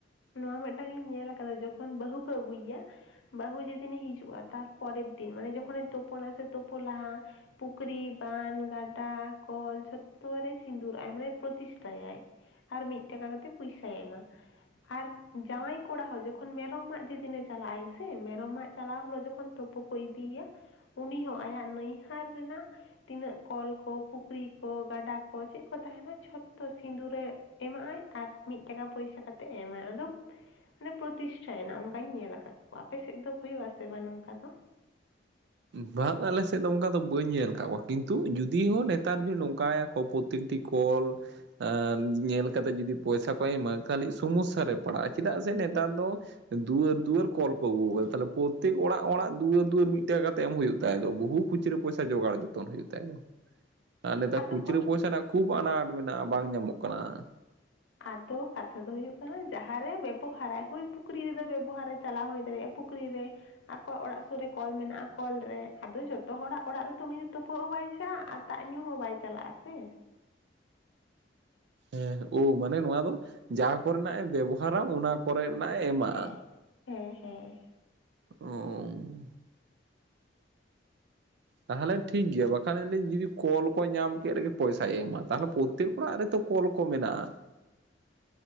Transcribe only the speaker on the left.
ᱱᱚᱣᱟ ᱢᱤᱫ ᱴᱟᱝ ᱤᱧ ᱧᱮᱞ ᱟᱠᱟᱫᱟ, ᱡᱚᱠᱷᱚᱱ ᱵᱟᱹᱦᱩ ᱠᱚ ᱟᱹᱜᱩᱭᱮᱭᱟ᱾ ᱵᱟᱹᱦᱩ ᱡᱮᱫᱤᱱᱮ ᱦᱤᱡᱩᱜᱼᱟ ᱛᱟᱨᱯᱚᱨᱮᱨ ᱫᱤᱱ ᱢᱟᱱᱮ ᱡᱚᱠᱷᱚᱱᱮ ᱛᱳᱯᱳᱱᱟ ᱥᱮ ᱛᱳᱯᱳ ᱞᱟᱦᱟ᱾ ᱯᱩᱠᱷᱨᱤ ᱵᱟᱸᱫᱷ ᱜᱟᱰᱟ ᱠᱚᱞ ᱡᱷᱚᱛᱚ ᱨᱮ ᱥᱤᱫᱩᱨᱟᱜᱼᱟᱭ ᱢᱟᱱᱮ ᱯᱨᱚᱛᱤᱥᱴᱷᱟᱭᱟᱭ᱾ ᱟᱨ ᱢᱤᱫ ᱴᱟᱠᱟ ᱠᱟᱛᱮᱫ ᱯᱩᱭᱥᱟᱭ ᱮᱢᱟ᱾ ᱟᱨ ᱡᱟᱶᱟᱭ ᱠᱚᱲᱟ ᱦᱚᱸ ᱡᱚᱠᱷᱚᱱ ᱢᱮᱨᱚᱢ ᱢᱟᱜ ᱡᱮ ᱫᱤᱱᱮ ᱪᱟᱞᱟᱜᱼᱟᱭ ᱥᱮ ᱢᱮᱨᱚᱢ ᱢᱟᱜ ᱪᱟᱞᱟᱣ ᱦᱤᱞᱳᱜ ᱡᱚᱠᱷᱚᱱ ᱛᱳᱯᱳ ᱠᱚ ᱤᱫᱤᱭᱮᱭᱟ ᱩᱱᱤ ᱦᱚᱸ ᱟᱭᱟᱜ ᱱᱟᱹᱭᱦᱟᱨ ᱨᱮᱱᱟᱜ ᱛᱤᱱᱟᱹᱜ ᱠᱚᱞ ᱠᱚ ᱯᱩᱠᱷᱨᱤ ᱠᱚ ᱜᱟᱰᱟ ᱠᱚ ᱪᱮᱫ ᱠᱚ ᱛᱟᱦᱮᱱᱟ ᱡᱷᱚᱛᱚ ᱥᱤᱸᱫᱩ ᱨᱮ ᱮᱢᱟᱜ ᱟᱭ ᱟᱨ ᱢᱤᱫ ᱴᱟᱠᱟ ᱯᱚᱭᱥᱟ ᱠᱟᱛᱮᱫ ᱮᱢᱟᱭ ᱟᱫᱚ ᱢᱟᱱᱮ ᱯᱨᱚᱛᱤᱥᱴᱷᱟᱭ ᱮᱱᱟ ᱚᱱᱠᱟᱧ ᱧᱮᱞ ᱟᱠᱟᱫ ᱠᱚᱣᱟ᱾ ᱟᱯᱮ ᱥᱮᱫ ᱫᱚ ᱦᱩᱭᱩᱜ ᱟᱥᱮ ᱵᱟᱝ ᱱᱚᱝᱠᱟ ᱫᱚ᱾
ᱟᱫᱚ
ᱟᱫᱚ ᱠᱟᱛᱷᱟ ᱫᱚ ᱦᱩᱭᱩᱜ ᱠᱟᱱᱟ ᱡᱟᱸᱦᱟᱸ ᱨᱮ ᱵᱮᱵᱚᱦᱟᱨᱟᱭ ᱦᱩᱭ ᱯᱩᱠᱷᱨᱤ ᱨᱮᱫᱚ ᱵᱮᱵᱚᱦᱟᱨᱟ ᱪᱟᱞᱟᱣ ᱦᱚᱭ ᱫᱟᱲᱮᱜᱼᱟ᱾ ᱯᱩᱠᱷᱨᱤ ᱨᱮ᱾ ᱟᱠᱚᱣᱟᱜ ᱚᱲᱟᱜ ᱥᱩᱨ ᱨᱮ ᱠᱚᱞ ᱢᱮᱱᱟᱜᱼᱟ ᱠᱚᱞ ᱨᱮ ᱟᱫᱚ ᱡᱚᱛᱚ ᱦᱚᱲᱟᱜ ᱚᱲᱟᱜ ᱨᱮᱛᱚ ᱩᱱᱤ ᱫᱚ ᱛᱩᱯᱩᱜ ᱦᱚᱸ ᱵᱟᱭ ᱪᱟᱜᱼᱟ ᱟᱨ ᱫᱟᱜ ᱧᱩ ᱦᱚᱸ ᱵᱟᱭ ᱪᱟᱞᱟᱜᱼᱟ ᱥᱮ,
ᱦᱮᱸ ᱦᱮᱸ ᱦᱮᱸ᱾